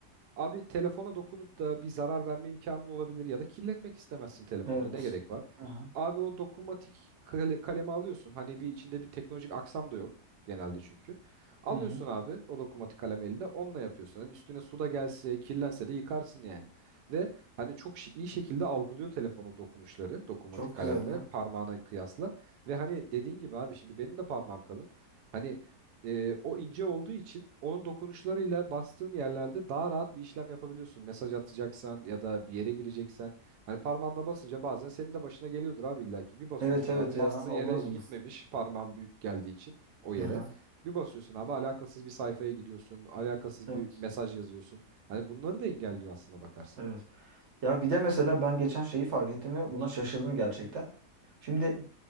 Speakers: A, on the right; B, on the right.
A: Abi telefona dokunup da bir zarar verme imkanın olabilir ya da kirletmek istemezsin telefonunu
B: Evet.
A: ne gerek var?
B: Aha.
A: Abi o dokunmatik kale- kalemi alıyorsun. Hani bir içinde bir teknolojik aksam da yok genelde çünkü. Alıyorsun
B: Hı hı.
A: abi o dokunmatik kalemi eline onunla yapıyorsun. Hani üstüne su da gelse kirlense de yıkarsın yani. Ve hani çok şi- iyi şekilde algılıyor telefonu dokunuşları dokunmatik
B: Çok
A: kalemle
B: güzel ya.
A: parmağına kıyasla. Ve hani dediğin gibi abi şimdi benim de parmağım kalın. Hani e, o ince olduğu için onun dokunuşlarıyla bastığın yerlerde daha rahat bir işlem yapabiliyorsun. Mesaj atacaksan ya da bir yere gireceksen. Hani parmağınla basınca bazen senin de başına geliyordur abi illa ki. Bir basıyorsun
B: Evet evet
A: abi
B: ya.
A: bastığın yere
B: Olmaz
A: gitmemiş
B: mı?
A: parmağın büyük geldiği için o yere.
B: Hı hı.
A: Bir basıyorsun abi alakasız bir sayfaya gidiyorsun. Alakasız
B: Evet.
A: bir mesaj yazıyorsun. Hani bunları da engelliyor aslına bakarsan.
B: evet. Ya bir de mesela ben geçen şeyi fark ettim ve buna şaşırdım gerçekten. Şimdi